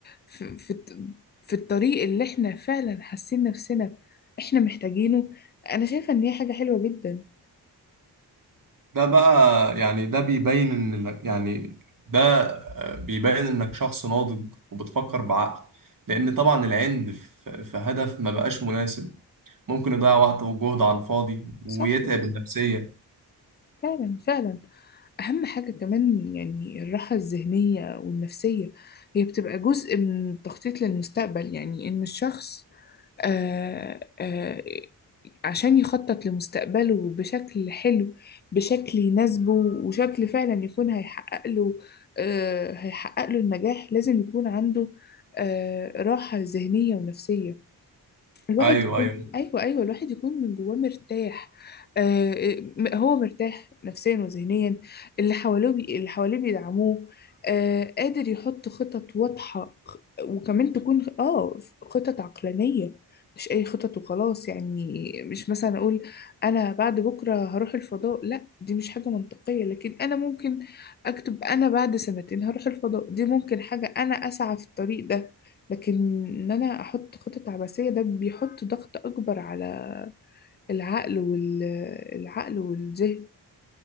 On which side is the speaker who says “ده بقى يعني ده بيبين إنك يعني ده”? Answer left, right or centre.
Right